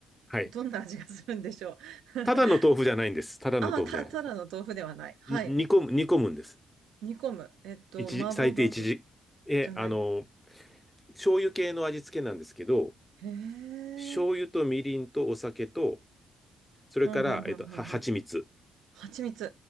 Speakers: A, in the centre; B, on the right.
A: はい。
B: どんな味がするんでしょう。<laughs>
A: ただの豆腐じゃないんです。ただの豆腐じゃない。
B: ああ、た、ただの豆腐ではない。はい。
A: に煮込む、煮込むんです。
B: 煮込む。えっと、
A: 一時、
B: 麻婆豆腐
A: 最低一時。え、
B: じゃない。
A: あの、醤油系の味付けなんですけど、
B: へえ。
A: 醤油とみりんとお酒と、それから、
B: うん、うん、
A: えっと、
B: うん、
A: は、
B: うん、
A: 蜂蜜。
B: うん。蜂蜜。